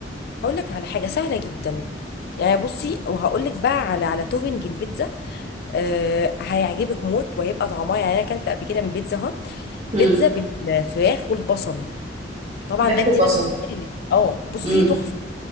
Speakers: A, on the left; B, on the right.
A: هقول لك على حاجه سهله جدا يعني بصي وهقول لك بقى على على توبنج البيتزا أه هيعجبك موت وهيبقى طعمها يعني انا اكلت قبل كده من بيتزا هات بيتزا
B: امم
A: بالفراخ والبصل طبعا
B: فراخ
A: ده جديده
B: وبصل
A: بالنسبه لي اه بصي
B: امم
A: تحفه